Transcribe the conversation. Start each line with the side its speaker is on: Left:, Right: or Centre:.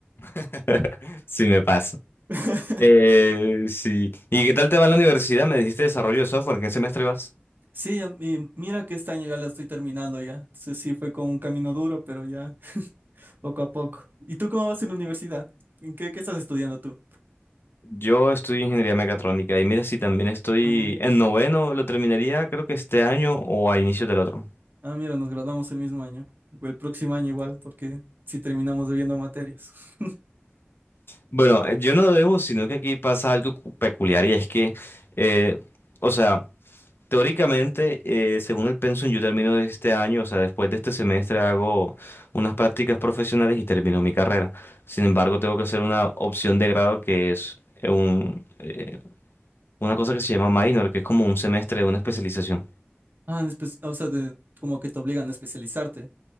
Left: <laughs> sí me pasa.
Right: <laughs>
Left: Eh, sí. ¿Y qué tal te va en la universidad? Me dijiste desarrollo de software, ¿en qué semestre vas?
Right: Sí, a mí- mira que este año ya la estoy terminando ya. Entonces sí, fue con un camino duro, pero ya poco a poco. ¿Y tú cómo vas en la universidad? ¿En qué, qué estás estudiando tú?
Left: Yo estudio ingeniería mecatrónica y mira si también estoy
Right: Ah,
Left: en noveno, lo terminaría creo que este año o a inicios del otro.
Right: ah, mira, nos graduamos el mismo año, o el próximo año igual, porque sí terminamos debiendo materias.
Left: Bueno, eh, yo no debo, sino que aquí pasa algo cu- peculiar y es que, eh, o sea, Teóricamente, eh, según el pensum, yo termino de este año, o sea, después de este semestre hago unas prácticas profesionales y termino mi carrera. Sin embargo, tengo que hacer una opción de grado que es eh, un, eh, una cosa que se llama minor, que es como un semestre de una especialización.
Right: Ah, en espe- o sea, de- como que te obligan a especializarte.